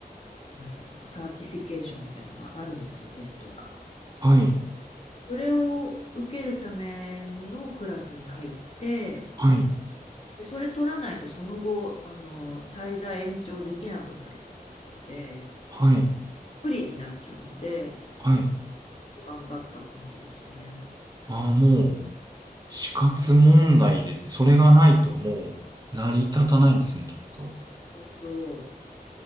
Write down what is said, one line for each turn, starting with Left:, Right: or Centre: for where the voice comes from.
Left: なんて言うんだろう、サーティフィケーションみたいのがあるんですよ、テストが。
Right: はい、
Left: それを受けるためのクラスに入って、
Right: はい、
Left: でそれ取らないとその後、あの、滞在延長できなくなるので、
Right: はい、
Left: 不利になっちゃうんで、
Right: はい。
Left: 頑張った感じですね。
Right: ああ、もう、死活問題ですね。それがないともう、成り立たないんですね、きっと。
Left: そうそう。